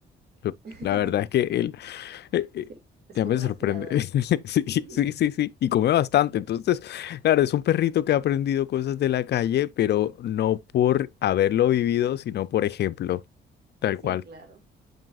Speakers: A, on the left; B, on the right.
A: lo-
B: Claro.
A: la verdad es que él, eh, eh,
B: Sí, es
A: ya
B: como
A: me
B: una
A: sorprende.
B: aspiradora.
A: <laughs> Sí,
B: <laughs>
A: sí, sí, sí. Y come bastante. Entonces, claro, es un perrito que ha aprendido cosas de la calle, pero no por haberlo vivido, sino por ejemplo, tal
B: Sí,
A: cual.
B: Claro. claro.